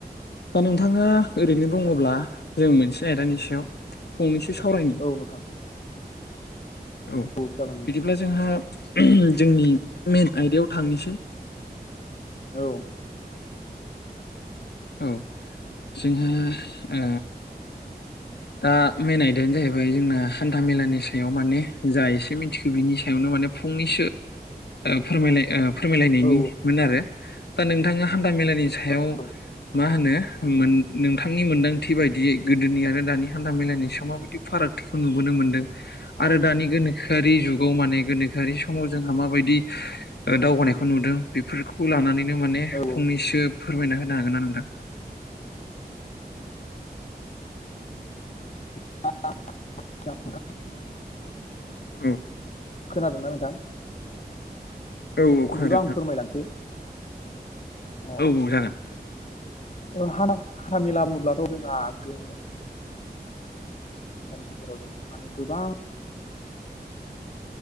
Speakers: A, on the left; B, on the left.
A: दा नोंथाङा ओरैनो दङ'ब्ला जों मोनसे आयदानि सायाव फंनैस <unintelligible> सावरायनि
B: औ औ नोंथां
A: औ
B: जागोन नोंथां
A: बिदिब्ला जोंहा <unintelligible> जोंनि मेन आयदायाव थांनिसै
B: औ
A: औ जोंहा ओ दा मेेन आयदायानो जाहैबाय जोंना हान्था -मेलानि सायाव माने जा एसे मिनथिखो बिनि सायावनो माने फुंनैसो
B: <unintelligible>
A: ओ फोरमायलाय ओ फोरमायलायनायनिमोन
B: औ
A: आरो दा नोंथाङा हान्था मेलानि सायाव
B: औ
A: मा होनो मोन नोंथांनि मोन्दांथि बायदियै गोदोनि आरो दानि हान्था मेलानि समाव बिदि फारागथिखौ नुबोनो मोनदों आरो दानि गोनोखोआरि जुग औ माने गोनोखोआरि समाव जोंहा माबायदि ओ दावगानायखो नुदों बेफोरखौ लानानै नो माने
B: औ
A: फंनैसो फोरमायना होनो हागोन ना नोंथां?
B: <unintelligible>
A: औ
B: खोनादों ना नोंथां?
A: औ औ
B: बिदिबा
A: खोनादों
B: आं
A: नोंथां
B: फोरमायलांसै अ
A: औ औ जागोन
B: ओ <unintelligible> मेला बुङोब्लाथ' जोंहा गोदो <unintelligible> <unintelligible> माने गोबां